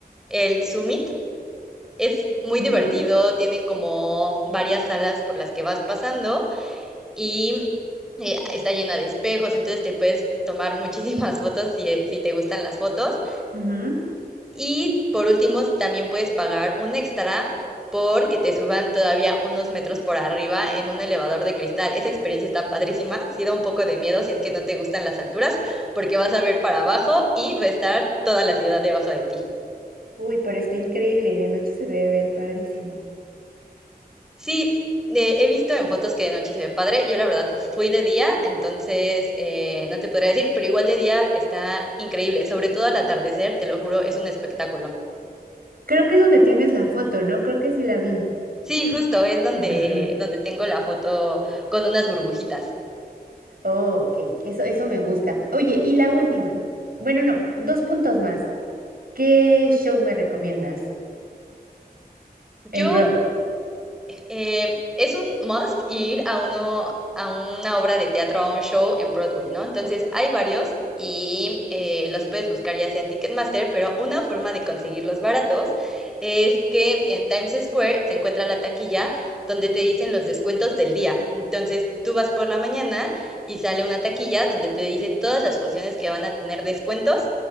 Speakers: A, in the centre; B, on the right.
A: el Summit. Es muy
B: Ujú.
A: divertido, tiene como varias salas por las que vas pasando y eh, está llena de espejos, entonces te puedes tomar <laughs> muchísimas fotos si, si te gustan las fotos.
B: ujú.
A: Y por último, también puedes pagar un extra porque te suban todavía unos metros por arriba en un elevador de cristal. Esa experiencia está padrísima, sí da un poco de miedo si es que no te gustan las alturas, porque vas a ver para abajo y va a estar toda la ciudad debajo de ti.
B: Uy, pero está increíble y de noche se debe ver padrísimo.
A: Sí, eh, he visto en fotos que de noche se ve padre. Yo la verdad fui de día, entonces eh, no te podría decir, pero igual de día está increíble, sobre todo al atardecer, te lo juro, es un espectáculo.
B: Creo que es donde tienes la foto, ¿no? Creo que sí la vi.
A: Sí, justo es donde,
B: Es verdad.
A: donde tengo la foto con unas burbujitas.
B: Oh, ok, eso, eso me gusta. Oye, y la última. Bueno, no, dos puntos más. ¿Qué show me recomiendas en
A: Yo
B: Broadway?
A: eh, es un must ir a uno, a una obra de teatro, a un show en Broadway, ¿no? Entonces hay varios y eh, los puedes buscar ya sea en Ticketmaster, pero una forma de conseguirlos baratos es que en Times Square se encuentra la taquilla donde te dicen los descuentos del día. Entonces tú vas por la mañana y sale una taquilla donde te dice todas las funciones que van a tener descuentos